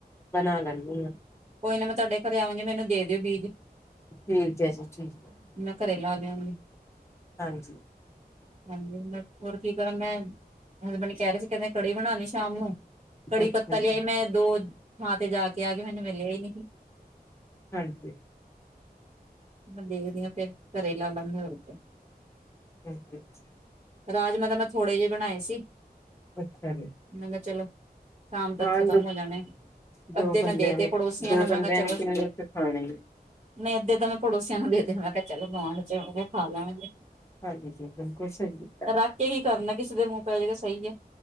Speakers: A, on the left; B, on the right.
A: ਬਣਾ ਲੈਂਨੀ ਆ
B: ਕੋਈ ਨਾ ਮੈਂ ਤੁਹਾਡੇ ਘਰੇ ਆਵਾਂਗੀ ਮੈਨੂੰ ਦੇ ਦਿਓ ਬੀਜ
A: ਠੀਕ ਐ ਜੀ ਠੀਕ
B: ਮੈਂ ਘਰੇ ਲਾ ਦਿਆਂਗੇ
A: ਹਾਂਜੀ
B: ਹਾਂਜੀ ਮੈਂ ਹੋਰ ਕੀ ਕਰਾਂ ਮੈਂ ਹਸਬੈਂਡ ਕਹਿ ਰਹੇ ਸੀ ਕਹਿੰਦੇ ਕੜੀ ਬਣਾਉਣੀ ਸ਼ਾਮ ਨੂੰ ਕੜੀ
A: ਅੱਛਾ
B: ਪੱਤਾ ਲਿਆਈ
A: ਜੀ
B: ਮੈਂ ਦੋ ਥਾਂ ਤੇ ਜਾ ਕੇ ਆ ਕੇ ਮੈਨੂੰ ਮਿਲਿਆ ਹੀ ਨਹੀਂ
A: ਹਾਂਜੀ।
B: ਮੈਂ ਦੇਖਦੀ ਆ ਫਿਰ ਘਰੇ ਲਾ ਲੈਂਦੇੇ ਹੋਰ ਕਿਆ
A: ਹਾਂਜੀ
B: ਰਾਜਮਾ ਤਾਂ ਮੈਂ ਥੋੜੇ ਜਿਹੇ ਬਣਾਏ ਸੀ
A: ਅੱਛਾ ਜੀ
B: ਮੈਂ ਕਿਹਾ ਚਲ ਸ਼ਾਮ ਤੱਕ
A: ਹਾਂ
B: ਖਤਮ
A: ਦੋ
B: ਹੋ ਜਾਣੇ
A: ਦੋ
B: ਅੱਧੇ
A: ਬੰਦਿਆਂ
B: ਮੈਂ ਦੇਤੇ
A: ਨੇ
B: ਪੜੋਸੀਆਂ
A: ਦੋ
B: ਨੂੰ ਮੈਂ
A: ਬੰਦਿਆਂ
B: ਕਿਹਾ ਚਲੋ
A: ਨੇ ਕਿੰਨੇ ਕੁ ਖਾਣੇ
B: ਨਹੀਂ ਅੱਧੇ ਤਾਂ ਮੈਂ ਪੜੋਸੀਆਂ ਨੂੰ ਦੇ ਮੈਂ ਕਿਹਾ ਚੱਲ ਗੁਆਂਢ ਖਾ ਲੈਣ ਗੇ
A: ਹਾਂਜੀ ਜੀ ਬਿਲਕੁਲ ਸਹੀ ਕੀਤਾ
B: ਰੱਖ ਕੇ ਕੀ ਕਰਨਾ ਕਿਸੇ ਦੇ ਮੂੰਹ <unintelligible> ਸਹੀ ਐ